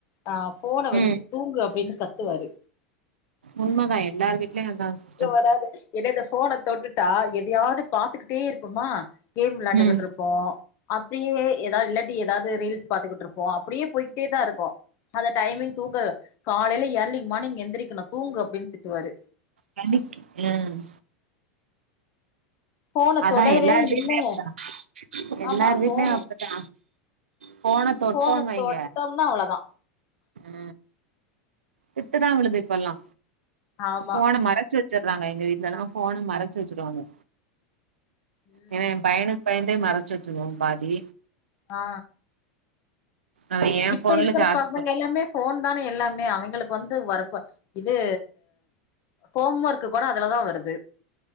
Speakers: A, on the left (about 45°); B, on the right (about 80°).
A: ஆ போன வச்சுட்டு
B: ம்
A: தூங்கு அப்டின் கத்துவாரு
B: உண்மதா எல்லார் வீ்ட்லயு அதா சிஸ்டர்
A: அதாவ்து என்ன இந்த ஃபோன தொட்டுட்டா எதயாது பாத்துக்கிட்டே இருக்கோமா கேம் விளாண்டுகிட்டு
B: ம்
A: இருப் போ அப்டியே எதாது இல்லாட்டி ஏதாது ரீல்ஸ் பாத்துக்கிட்ருப்போ அப்டியே போய்கிட்டே தா இருக்கு அந்த டைமிங் தூங்கு காலேல எர்லி் மார்னிங் எந்திரிக்கணு தூங்கு அப்டின் திட்டுவாரு
B: டைமிக் ம்
A: ஃபோன
B: அதா
A: தொடவே
B: எல்லார் வீட்லயு
A: இல்ல
B: தா எல்லார்
A: ஆமா
B: வீட்லயு
A: ஃபோன
B: அப்டிதா ஃபோன தொட்டோன்
A: ஃபோன
B: வைங்க
A: தொட்டோம்னா அவ்ளோதா
B: உ திட்டுதா விழுது இப்பல்லா
A: ஆமா
B: ஃபோன மறச்சு வச் சற்றாங்க எங்க வீட்லல்லா ஃபோன மறச்சு வச்சுருவாங்க
A: ம்
B: ஏன்னா எ பய்யனுக் பயந்தே மறச்சு வச்சிருவோ பாதி
A: ஆ
B: அவ எ
A: இப்ப
B: ஃபோன்ல
A: இருக்கிற
B: சார்ஜ்
A: பசங்க
B: போ
A: எல்லாமே ஃபோன் தானே எல்லாமே அவிங்களுக் வந்து ஒர்க்வ இது ஹோம் ஒர்க் கூட அதுலதா வருது